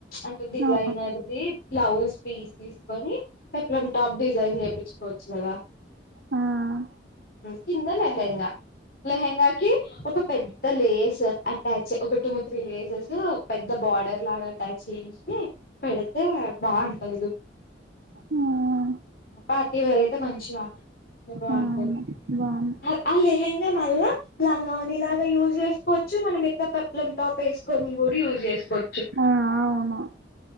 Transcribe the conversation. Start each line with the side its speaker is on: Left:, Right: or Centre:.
Left: అంటే డిజైనర్దిి
Right: ఆహా!
Left: బ్లౌజ్ పీస్ తీసుకొని పెప్లం టాప్ డిజైన్ చేయిచ్చు చ్చదా
Right: ఆ! ఆ!
Left: కిన్నలే లహెంగా లహెంగాకి ఒక పెద్ద లేస్ అటాచ్ ఒక టూ త్రీ లేసెస్ పెద్ద బోార్డర్ లాగా అటాచ్ చేయ ఇ పెడతే బాగాంటదు
Right: ఆ! ఆ!
Left: పార్టీ వరయితే మంచించిగా అ బాగుంటది
Right: ఆ అవును బాగుంది
Left: ఆ స్హంగా మళ్ళా లంగని ఇలాగా యూజ్ చేసుకోవచ్చు మనం ఇట్లా పప్లం టాప్ వేసుకొని కూడా యూస్ చేసుచ్చు కొచ్చు
Right: ఆ అవును